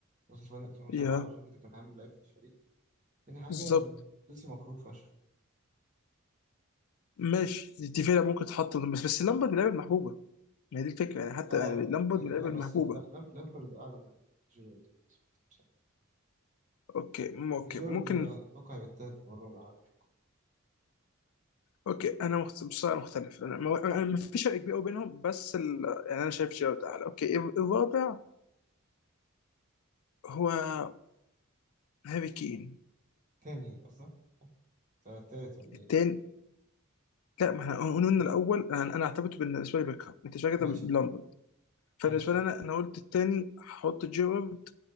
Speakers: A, on the right; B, on the left.
A: وصل فاينل 2007
B: يا
A: وجيرو كان أهم لعيب في الفريق تاني حاجة
B: بالظبط
A: إن تشيلسي مكروه فشخ
B: ماشي دي فعلا ممكن تتحط بس بس لامبرد من اللعيبه المحبوبه ما هي دي الفكره يعني حتى
A: أه
B: يعني
A: ب-
B: لامبرد
A: يعني
B: من اللعيبه
A: لا بس
B: المحبوبه
A: لا لام- لامبرد أعلى من جيرارد بصراحة
B: اوكي م- اوكي
A: يعني جيرارد
B: ممكن
A: أتوقع يبقى التالت أو الرابع عندي في القائمة
B: اوكي انا مخت- بصراحه مختلف انا ما أنا- ما في فرق كبير قوي بينهم بس ال... يعني انا شايف جيرارد اعلى اوكي ال- الرابع هو هاري كين
A: تاني قصدك؟ التالت ولا
B: التاني
A: إيه؟
B: لا ما احنا قلنا الاول انا انا اعتبرته بالنسبه لي بيكهام انت شايف كده
A: ماشي
B: لامبرد فبالنسبه
A: ماشي
B: لي انا انا قلت التاني هحط جيرارد